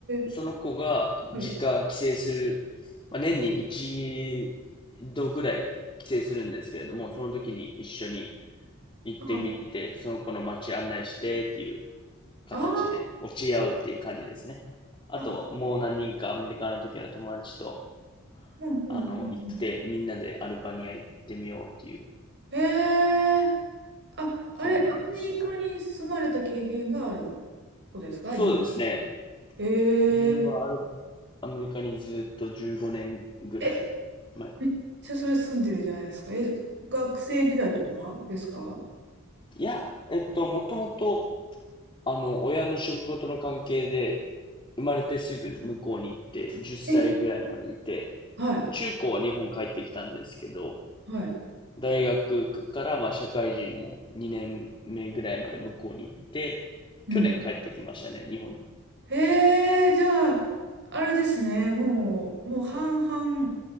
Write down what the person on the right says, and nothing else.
ーはい。
あ
あー、
あ
うん、うん、うんうん。
ええあ、あれ、
アメリカに住まれた経験があることですかじゅう
え
ええ、めっちゃそれ住んでるじゃないですか。え、学生時代とかですか
えはい、
はい。
うん。
ええじゃあ、あれですね、もう、もう半々